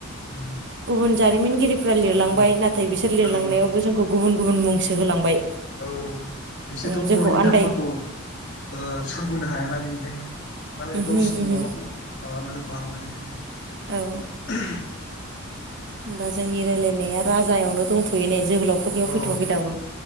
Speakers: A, on the left; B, on the right.
A: उम
B: गुबुन जारिमिनगिरिफ्रा लिरलांबाय
A: उम
B: नाथाय बिसोर लिरलांनायावबो
A: औ
B: जोंखौ गुबुन गुबुन मुंसो होलांबाय।
A: औ बिसोरथ'
B: ओं
A: बर'नि
B: जोंखौ
A: नामफोरखौ
B: आन्दाय
A: ओ सुरबोनो हाया ना‌ बेनिखायनो मालाय
B: उमहो
A: गावसिरनि
B: उमहो
A: माबाखौ माबानानै माबाय ओंखायनो।
B: औ होमबा जोंनि रायजलायनाया राजायावनो दंथ'यो ने? जोहोलावफोरनियाव
A: औ
B: फैथ'वाखै दाबो।